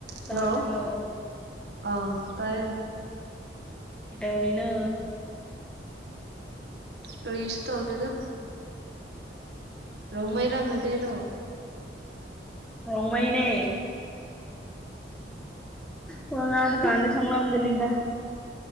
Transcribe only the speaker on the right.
Hello ꯑꯥ ꯇꯥꯏꯌꯦ
ꯀꯔꯤꯁꯨ ꯇꯧꯗꯦꯗ ꯔꯣꯡ ꯃꯩꯔꯥ ꯃꯩꯇꯩꯔꯣ